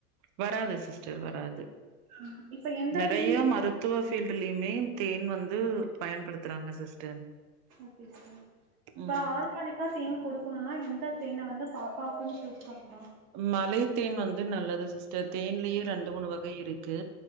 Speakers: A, on the right; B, on the right.
A: வராது சிஸ்டர் வராது
B: ம் இப்ப எந்த
A: நறைய
B: தேன்
A: மருத்துவ ஃபீல்டுலயு மெய்ன் தேன் வந்து பயன்படுத்துறாங்க சிஸ்டர்
B: ஓக்கே சிஸ்டர் இப்ப
A: ம்.
B: ஆர்கானிக் கா தேன் கொடுக்கணுனா எந்த தேன வந்து பாப்பாவுக்குன் சூஸ் பண்ணு
A: மலைத்தேன் வந்து நல்லது சிஸ்டர் தேன்லயே ரெண்டு மூணு வக் கை இருக்கு